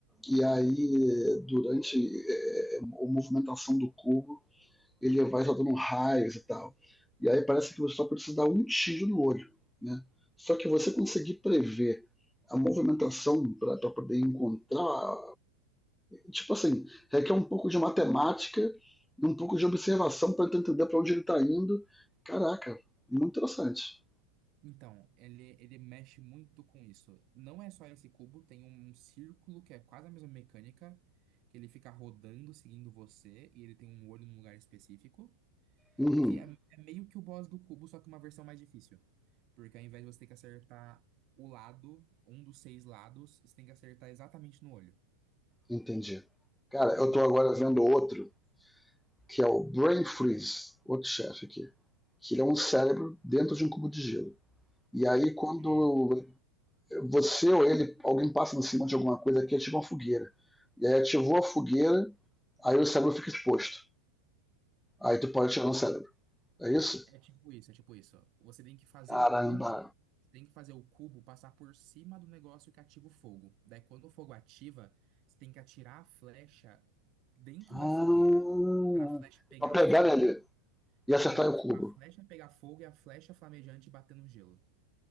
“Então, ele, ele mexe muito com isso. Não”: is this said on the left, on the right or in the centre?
Right